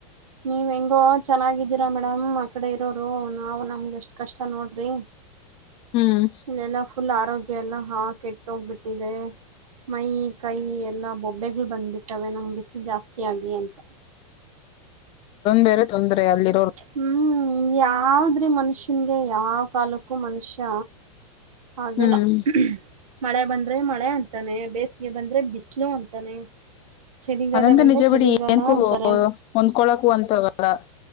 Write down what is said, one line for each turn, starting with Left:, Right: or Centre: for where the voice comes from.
Right: ನೀವ್ ಹೆಂಗೋ ಚೆನ್ನಾಗಿದ್ದೀರಾ ಮೇಡಮ್ ಆಕಡೆ ಇರೋರು ನಾವವು ನಮ್ಗೆ ಎಷ್ಟ್ ಕಷ್ಟ ನೋಡ್ರಿ
Left: ಹ್ಮ್
Right: ಇಲ್ಲೆಲ್ಲ ಫುಲ್ ಆರೋಗ್ಯ ಎಲ್ಲ ಹಾ ಕೆಟ್ಟೋಗ್ಬಿಟ್ಟಿದೆ ಮೈ ಕೈ ಎಲ್ಲಾ ಬೊಬ್ಬೆಗಳು ಬಂದ್ಬಿಟ್ಟಾವ ನಮ್ ಬಿಸಿಲು ಜಾಸ್ತಿ ಆಗಿ ಅಂತ
Left: ಬೇರೆ ತೊಂದ್ರರೆ ಅಲ್ಲಿ
Right: ಹ್ಮ್ ಯಾವದ್ರೆ ಮನುಷ್ಯನ್ಗೆ ಯಾವ ಕಾಲಕ್ಕೂ ಮನುಷ್ಯ ಆಗಲ್ಲ
Left: ಹ್ಮ್
Right: ಮಳೆ ಬಂದ್ರೆ ಮಳೆ ಅಂತಾನೆ ಬೇಸಿಗೆ ಬಂದ್ರೆ ಬಿಸಿಲು ಅಂತಾನೆ ಚಳಿಗಾಲ
Left: ಅದಂತ
Right: ಬಂದ್ರೆ
Left: ನಿಜ
Right: ಚಳಿಗಾಲ
Left: ಬಿಡಿ ಏನ್ಕೂ
Right: ಅಂತಾರೆ
Left: ಹೊಂದ್ಕೊಳಕು ಅಂತವಲ್ಲ